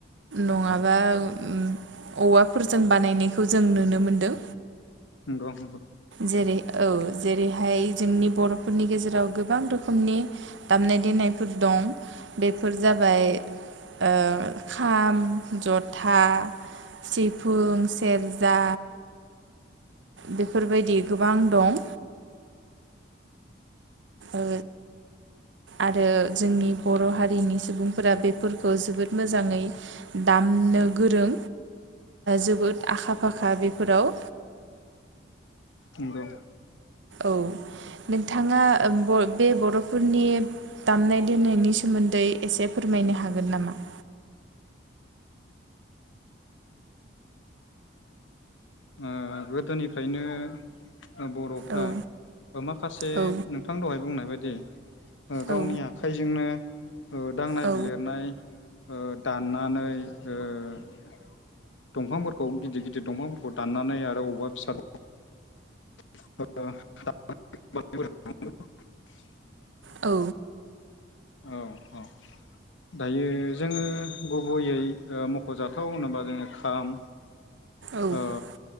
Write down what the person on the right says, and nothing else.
नङाबा ओम औवाफोरजों बानायनायखौ जों नुनो मोनदों
जेरै औ जेरैहाय जोंनि बरफोरनि गेजेराव गोबां रोखोमनि दामनाय देनायफोर दं बेफोर जाबाय ओ खाम जथा सिफुं सेरजा बेफोरबायदि गोबां दं ओ आरो जोंनि बर हारिनि सुबुंफोरा बेफोरखौ जोबोद मोजाङै दामनो गोरों जोबोद आखा फाखा बेफोराव
औ नोंथाङा बे बर'फोरनि दामनाय देनायनि सोमोन्दै एसे फोरमायनो हागोन नामा
औ
औ
औ
औ
औ
औ